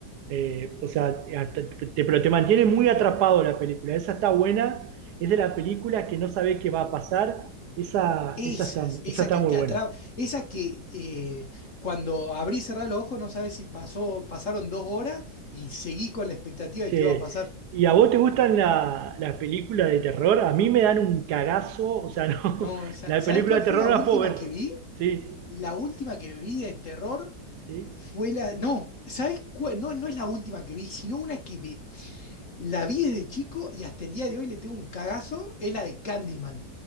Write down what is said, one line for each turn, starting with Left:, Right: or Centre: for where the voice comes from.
Right: Eh, o sea, hasta- te- pero te mantiene muy atrapado la película. Esa está buena, es de la película que no sabe qué va a pasar. Esa,
Left: Esas,
Right: esa está,
Left: esa
Right: esa está
Left: que
Right: muy
Left: te
Right: buena.
Left: atrapa, esa que eh, cuando abrís y cerrás los ojos no sabes si pasó, pasaron dos horas y seguís con la expectativa
Right: Che,
Left: de qué va a pasar.
Right: ¿y a vos te gustan la- las películas de terror? A mí me dan un cagazo, o sea, <laughs> no,
Left: No, esa,
Right: las
Left: ¿sabés
Right: películas
Left: cuál
Right: de
Left: fue
Right: terror
Left: la
Right: no
Left: última
Right: las puedo ver.
Left: que vi?
Right: Sí,
Left: La última que vi de terror
Right: sí,
Left: fue la. No, ¿sabes cuál? No, no es la última que vi, sino una que vi- La vi desde chico y hasta el día de hoy le tengo un cagazo, es la de Candyman.